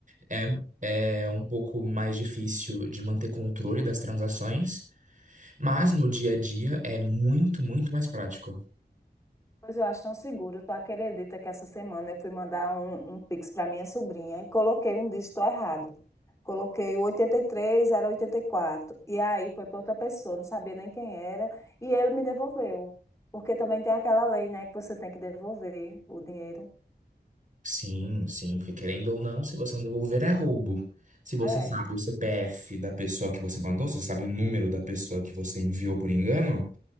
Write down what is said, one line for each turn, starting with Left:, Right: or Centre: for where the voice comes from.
Right: é, é um pouco mais difícil de manter controle das transações, mas no dia a dia é muito, muito mais prático.
Left: Pois eu acho tão seguro. Tu acredita que essa semana eu fui mandar um, um Pix para minha sobrinha e coloquei um dígito errado. Coloquei o oitenta e três era oitenta E quatro e aí foi para outra pessoa, não sabia nem quem era, e ele me devolveu. Porque também tem aquela lei, né, que você tem que devolver o dinheiro.
Right: Sim, sim, porque querendo ou não, se você não devolver é roubo. Se você
Left: É.
Right: sabe o CPF da pessoa que você mandou, se você sabe o número da pessoa que você enviou por engano,